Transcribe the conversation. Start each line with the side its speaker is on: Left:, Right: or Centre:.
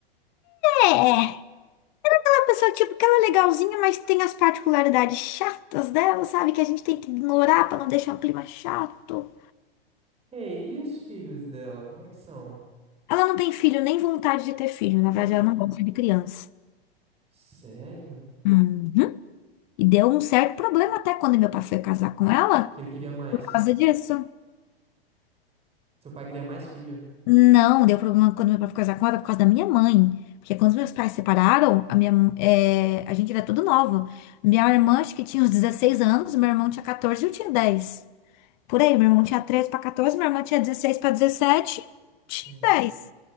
Left: É, é uma pessoa tipo que ela é legalzinha, mas tem as particularidades chatas dela, sabe? Que a gente tem que ignorar pra não deixar o clima chato.
Right: Ei, e os filhos dela, como é que são?
Left: Ela não tem filho, nem vontade de ter filho, na
Right: <gasps>
Left: verdade ela não gosta de criança.
Right: Sério?
Left: Uhum. E deu um certo problema até quando meu pai foi casar com ela,
Right: Que ele queria mais.
Left: por causa disso.
Right: Seu pai queria mais filho?
Left: Não, deu problema quando meu pai foi casar com ela por causa da minha mãe. Porque quando os meus pais separaram, a minha, é, a gente era tudo novo. Minha irmã acho que tinha uns 16 anos, meu irmão tinha 14, e eu tinha 10. Por aí, meu irmão tinha 13 para 14, minha irmã tinha 16 para 17. tinha
Right: Hum.
Left: 10,